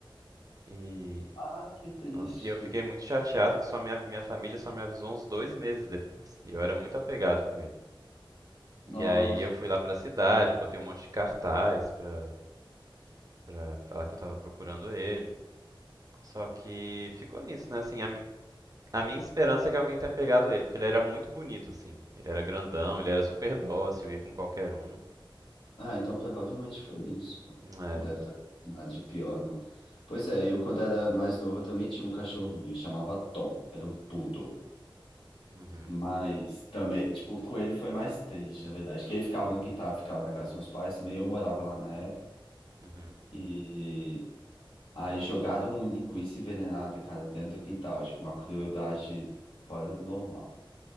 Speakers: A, on the right; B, on the left.
A: E,
B: Ai, que triste.
A: nossa, e eu fiquei muito chateado que só minha, minha família só me avisou uns dois meses depois. E eu era muito apegado com ele.
B: Nossa.
A: E aí eu fui lá pra cidade, botei um monte de cartaz pra, pra falar que eu tava procurando ele. Só que ficou nisso, né? Assim, a, mi- a minha esperança é que alguém tenha pegado ele, porque ele era muito bonito, assim. Ele era grandão, ele era super dócil, ia com qualquer um.
B: Ah, então provavelmente foi isso.
A: É.
B: Não Deve ter nada de pior, não. Pois é, eu quando era mais novo eu também tinha um cachorrinho, chamava Tom, era um poodle.
A: Uhum.
B: Mas também, tipo, com ele foi mais triste, na verdade, que ele ficava no quintal, ficava na casa dos meus pais também, eu morava lá na época.
A: Uhum.
B: E aí jogaram um linguiça envenenada, cara, dentro do quintal, tipo, uma crueldade fora do normal.